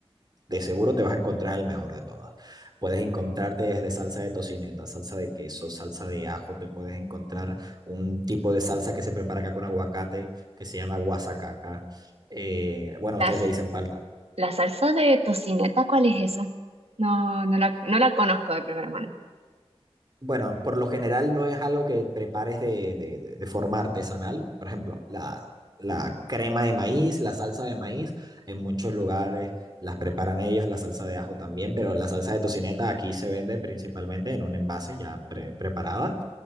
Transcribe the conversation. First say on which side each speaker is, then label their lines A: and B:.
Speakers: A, on the right (about 40°); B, on the right (about 70°).
A: de seguro te vas a encontrar el mejor de todas. Puedes encontrarte desde salsa de tocineta, salsa de queso, salsa de ajo, te puedes encontrar un tipo de salsa que se prepara acá con aguacate, que se llama guasacaca. Eh, bueno,
B: Las
A: ustedes le dicen palta.
B: La salsa de tocineta, ¿cuál es esa? No, no la, no la conozco de primera mano.
A: Bueno, por lo general no es algo que prepares de, de- de- de forma artesanal. Por ejemplo, la, la crema de maíz, la salsa de maíz, en muchos lugares las preparan ellos, la salsa de ajo también, pero la salsa de tocineta aquí se vende principalmente en un envase ya pre- preparada